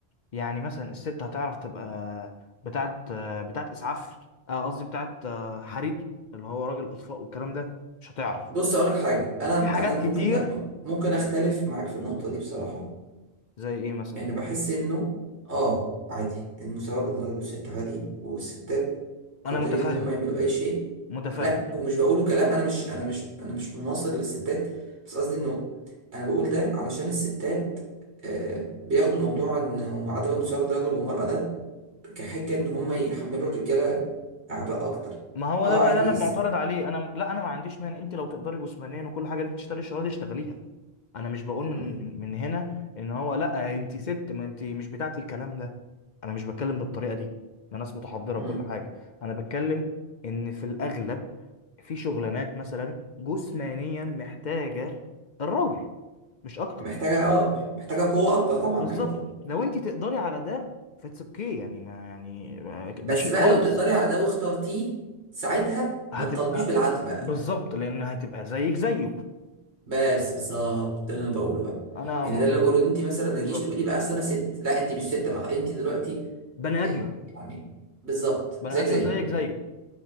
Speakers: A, on the left; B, on the right.
A: يعني مثلا الست هتعرف تبقى بتاعت بتاعت اسعاف آه، قصدي بتاعت آه، حريق اللي هو راجل اطفاء والكلام ده مش هتعرف
B: بص اقول لك حاجه انا
A: في حاجات
B: انا ممكن
A: كتير
B: لا ممكن اختلف معاك في النقطه دي بصراحه
A: زي ايه مثلا
B: يعني بحس انه اه عادي المساواه بين الراجل والست عادي والستات قادرين
A: انا متفهم
B: ان هم يعملوا اي شيء
A: متفهم
B: لا ومش بقوله كلام انا مش انا مش انا مش مناصر للستات بس قصدي انه انا بقول ده علشان الستات آه بياخدوا موضوع انه عدم المساواه بين الرجل والمراه ده كحجه ان هم يحملوا الرجاله اعباء اكتر
A: ما هو
B: اه
A: ده بقى
B: عادي
A: اللي انا معترض
B: الست
A: عليه انا لا انا ما عنديش مانع انت لو تقدري جسمانيا وكل حاجه انت تشتغلي الشغلانه دي اشتغليها انا مش بقول من
B: مم.
A: من من هنا ان هو لا انت ست ما انت مش بتاعت الكلام ده انا مش بتكلم بالطريقه دي انا ناس متحضره
B: مم.
A: وكل حاجه انا بتكلم ان في الاغلب في شغلانات مثلا جسمانيا محتاجه الراجل مش اكتر
B: محتاجة اه محتاجة قوة أكبر طبعا
A: بالظبط
B: أيوه طبعا
A: لو انت تقدري على ده فاتس اوكي يعني ما يعني آه، ده
B: بس
A: شيء
B: بقى
A: كويس
B: لو تقدري على ده واخترتيه ساعتها
A: هتبقى
B: ما تطالبيش بالعدل بقى
A: بالظبط لان هتبقى زيك زيه
B: بس بالظبط ده اللي انا بقوله بقى
A: انا
B: يعني
A: ما-
B: ده اللي انا بقوله ان انت مثلا ما
A: بالظبط
B: تجيش تقولي بقى اصل انا ست لا انت مش ست بقى انت دلوقتي
A: بني ادمه
B: يعني بالظبط
A: بني
B: زيك
A: ادمه
B: زيي
A: زيك زيه